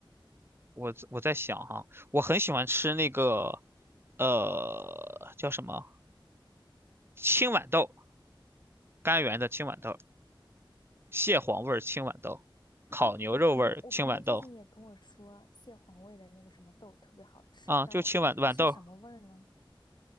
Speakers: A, on the right; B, on the left.
A: 我在我在想哈，我很喜欢吃那个，呃，叫什么青豌豆，甘源的青豌豆，蟹黄味儿青豌豆，烤牛肉味儿青豌豆，
B: 哎，我朋友我朋友最近也跟我说蟹黄味的那个什么豆特别好吃，
A: 啊，
B: 但我它是什么味儿呢？
A: 就青豌豌豆，